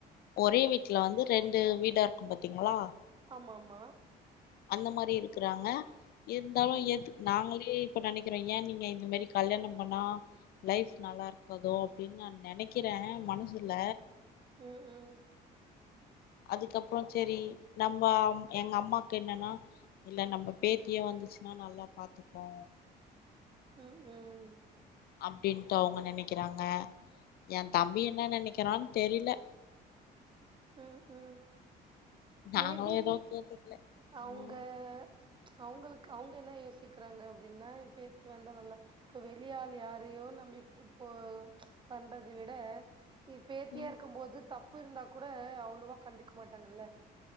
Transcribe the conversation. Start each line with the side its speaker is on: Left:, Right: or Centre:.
Left: ஒரே வீட்டுல வந்து ரெண்டு வீடா இருக்கு பாத்தீங்களா
Right: ஆமாம
Left: அந்த மாரி இருக்கறாங்க இருந்தாலு
Right: ம்
Left: ஏத்துக் நாங்களே இப்ப நெனைக்கிறோ ஏ நீங்க இந்த மாரி கல்யாணம் பண்ணா லைஃப் நல்லா இருக்கதோ அப்படின்னு நான் நெனைக்கிறே மனசுல
Right: உம் உம்
Left: அதுக்கப்புறோ செரி நம்ம எங்க அம்மாக்கு என்னன்னா இல்ல நம்ம பேத்தியே வந்துச்சுன்னா நல்லா பாத்துக்கு
Right: உம் உம்
Left: அப்படின்ட்டு அவங்க நெனைக்கிறாங்க என் தம்பி என்ன நெனைக்கிறான்னு தெரியல
Right: உம் உம்
Left: நாங்களு
Right: மேபி
Left: எதுவு கேட்டுக்கல
Right: அவங்க
Left: ம்
Right: அவங்களுக்கு அவங்க என்ன யோசிக்கிறாங்க அப்படின்னா பேத்தி வந்தா நல்லா இப்ப வெளியாள் யாரையையோ நம்பி போ பண்றத விட ஏ பேத்தியா
Left: ம்
Right: இருக்கும்போது த புருந்தா கூட அவ்வளோவா கண்டுக்க மாட்டாங்கல்ல